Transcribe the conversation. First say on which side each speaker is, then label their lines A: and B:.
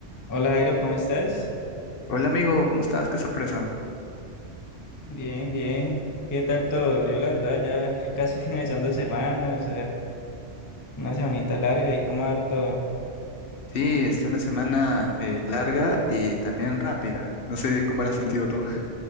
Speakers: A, on the left; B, on the left.
A: Hola Jairo, ¿cómo estás?
B: Hola amigo, ¿cómo estás? Qué sorpresa.
A: Bien, bien. ¿Qué tal todo? Yo la verdad ya <laughs> casi finalizando semana, o sea, una semanita larga y cómo va todo.
B: Sí, es una semana eh, larga y también rápida. No sé cómo la has sentido tú.